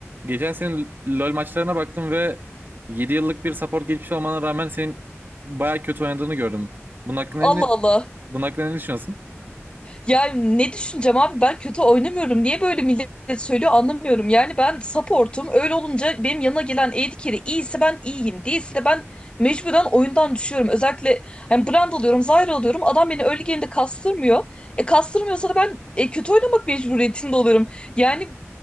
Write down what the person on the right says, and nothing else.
Geçen senin LoL maçlarına baktım ve 7 yıllık bir support geçmiş olmana rağmen senin baya kötü oynadığını gördüm. Bunun hakkında
ne,
bunun hakkında ne düşünüyorsun?